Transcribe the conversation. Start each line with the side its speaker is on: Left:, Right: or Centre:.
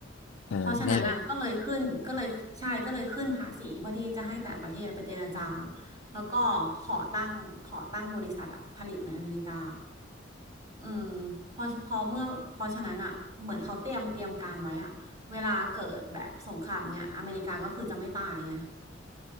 Left: อ่านั่นแหละ
Right: เพราะฉะนั้นอ่ะก็เลยขึ้นก็เลยใช่ก็เลยขึ้นภาษีเพื่อที่จะให้แต่ประเทศไปเจรจาแล้วก็ขอตั้งขอตั้งบริษัทอ่ะผลิตในอเมริกาอืมพอพอเมื่อเพอฉะนั้นอ่ะเหมือนเขาเตรียมเตรียมการไว้อ่ะเวลาเกิดแบบสงครามเนี่ยอเมริกาก็คือจะไม่ตายไง